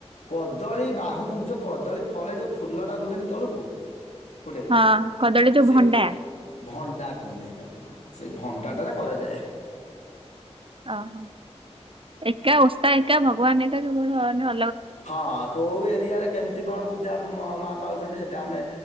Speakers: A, on the left; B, on the right.
A: କଦଳୀ ବାହୁଂ ଯୋଉ କଦଳୀ ଫଳେ ଯୋଉ ଫୁଲଟା ରୁହେନି ତଳକୁ। ଗୋଟେ
B: ହଁ କଦଳୀ ଯୋଉ
A: ସେଇ
B: ଭଣ୍ଡା।
A: ଭଣ୍ଡା କୁହନ୍ତି ସେଟାକୁ ହଁ ସେ ଭଣ୍ଡା ଟା ରେ କରାଯାଏ।
B: ଓହୋ ଏକା ଓଷା ଏକା ଭଗବାନ ଏକା କେବଳ ନହ
A: ହଁ କୋଉ ଏରିଆରେ କେମିତି କଣ ପୂଜା ମ-ମା ପାଉଛନ୍ତି ସେଟା ଆମେ।